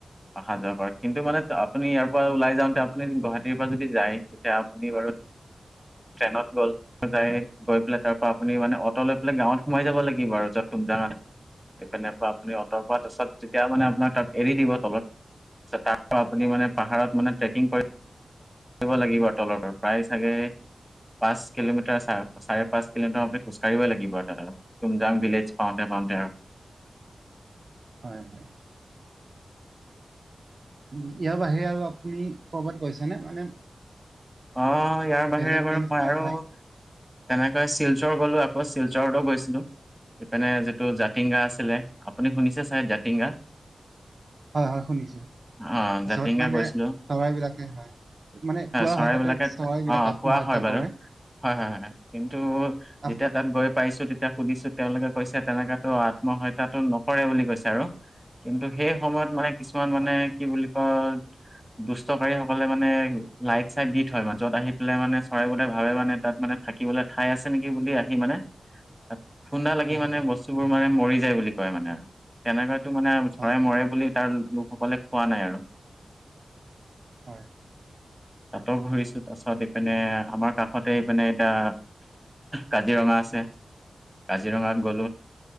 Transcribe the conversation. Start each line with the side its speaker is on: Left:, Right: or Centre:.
Centre: অহা যোৱা কৰা কিন্তু মানে আপুনি ইয়াৰ পৰা ওলাই যাওঁতে আপুনি গুৱাহাটীৰ পৰা যদি যায় তেতিয়া আপুনি বাৰু ট্ৰেনত গ'ল যাই গৈ পেলাই তাৰ পৰা আপুনি মানে অট লৈ পেলাই গাঁৱত সোমাই যাব লাগিব আৰু যত তুমজাঙা। সেইফাল পৰা আপুনি অটৰ পৰা তাৰপছত তেতিয়া মানে আপোনাক তাত এৰি দিব তলত। তাৰ আপুনি মানে পাহাৰত মানে ট্ৰেকিং কৰি থাকিব লাগিব আৰু তলৰ পৰা প্ৰায় চাগে পাঁচ কিলোমিটাৰ চ চাৰে পাঁচ কিলোমিটাৰ আপুনি খোজকাঢ়িব লাগিব তাত আৰু তুমজাং ভিলেজ পাওঁতে। তে আৰু
Right: হয় হয়। ইয়াৰ বাহিৰে আৰু আপুনি কৰবাত গৈছেনে? মানে।
Centre: অ ইয়াৰ বাহিৰে
Right: বেলেগ
Centre: বাৰু
Right: তেনেকুৱা
Centre: মই আৰু
Right: ঠাই
Centre: তেনেকৈ শিলচৰ গ'লো আকৌ শিলচৰ। গৈছিলো। এইপিনে যিটো জাতিংগা আছিলে আপুনি শুনিছে চাই জাতিংগা।
Right: হয় হয় শুনিছো
Centre: অ জাতিংগা
Right: যত মানে
Centre: গৈছিলো
Right: চৰাইবলাকে হয় মানে ক
Centre: চৰাইবিলাকে
Right: হয় তাতে চৰাইবিলাক
Centre: অ
Right: আত্মহত্যা
Centre: খোৱা হয় বাৰু
Right: কৰে।
Centre: হয় হয় হয় কিন্তু
Right: আপ-
Centre: যেতিয়া তাত গৈ পাইছো তেতিয়া শুনিছো তেওঁলোকে কৈছে তেনেকাতো আত্মহত্যা টো নকৰে বুলি কৈছে আৰু কিন্তু সেই সময়ত মানে। কিছুমান মানে
Right: হয় হয়
Centre: কি বুলি কয় দুষ্টকাৰীসকলে মানে লাইট চাই দি থয় মাজত আহি পেলাই মানে চৰাই বোলে ভাবে মানে তাত মানে থাকিবলৈ ঠাই আছে নেকি বুলি আহি মানে। অ খুন্দা লাগি
Right: হয়
Centre: মানে বস্তুবোৰ মানে মৰি যায় বুলি কয় মানে আৰু তেনেকুৱা মানে চৰাই
Right: হয়
Centre: মৰে বুলি। তাৰ লোকসকলে কোৱা নাই আৰু
Right: হয়
Centre: তাতো ঘূৰিছো তাৰপিছত এইপিনে আমাৰ কাষতে ইপিনে এতিয়া কাজিৰঙা আছে। কাজিৰঙাত গলো